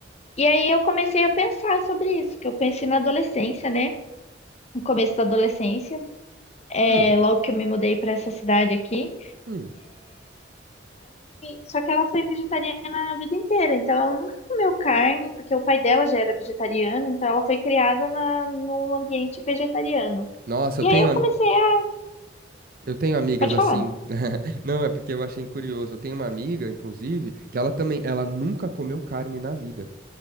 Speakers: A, on the left; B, on the right.
A: E aí eu comecei a pensar sobre isso, que eu conheci na adolescência, né? No começo da adolescência. é,
B: Hum,
A: logo que eu me mudei pra essa cidade aqui.
B: hum.
A: Só que ela foi vegetariana a vida inteira, então ela nunca comeu carne, porque o pai dela já era vegetariano, então ela foi criada na, num ambiente vegetariano.
B: Nossa,
A: E
B: eu tenho,
A: aí eu
B: am-
A: comecei a.
B: eu tenho amigas
A: Pode
B: assim.
A: falar.
B: <laughs> Não, é porque eu achei curioso. Eu tenho uma amiga, inclusive, que ela também, ela nunca comeu carne na vida.